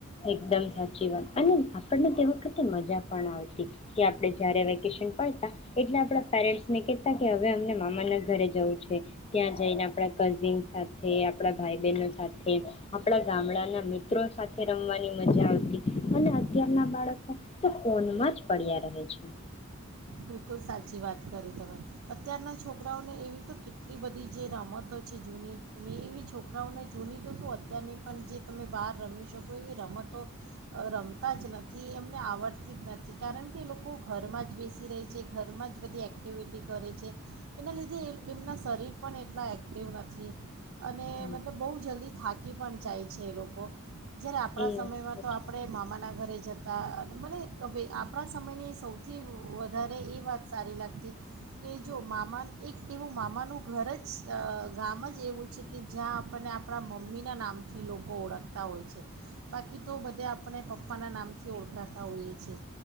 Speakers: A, on the left; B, on the right.
A: એકદમ સાચી વાત અને આપણને તે વખતે મજા પણ આવતી કે આપણે જયારે વેકેશન પડતા એટલે આપડા પેરેન્ટ્સને કેતા કે હવે અમને મામાના ઘરે જવું છે ત્યાં જઈને આપણા કઝિન સાથે આપડા ભાઈ બહેનો સાથે આપડા ગામડાના મિત્રો સાથે. રમવાની મજા આવતી અને અત્યારના બાળકો તો ફોનમાં જ પડ્યા રહે છે.
B: બિલકુલ સાચી વાત કરી તમે અત્યારના છોકરાઓને એવી તો કેટલી બધી જે રમતો છે જૂની જૂની એવી છોકરાઓને જૂની તો શું અત્યારની પણ જે તમે બહાર રમી શકો એવી રમતો રમ તા જ નથી એમને આવડતી જ નથી. કારણ કે લોકો ઘરમાં જ બેસી રહે છે ઘરમાં જ બધી એક્ટિવિટી કરે છે એના લીધે એમના શરીર પણ એટલા એક્ટિવ નથી. અને
A: હમ
B: મતલબ બહુ જલ્દી થાક. કી પણ જાય છે એ લોકો. જ્યારે આપણા
A: એ
B: સમયમાં
A: વાત
B: તો
A: છે.
B: આપણે મામાના ઘરે જત તા મને હવે આપણા સમયની સૌથી. વધારે એ વાત સારી લાગતી કે જો મામા એક એવું મામાનું ઘર જ ગામ જ એવું છે કે જ્યાં આપણને આપણા મમ્મીના નામથી લોકો ઓળખતા હોય છે બાકી તો બધા આપણે પપ્પાના નામથી ઓળખાતા હોઈએ છીએ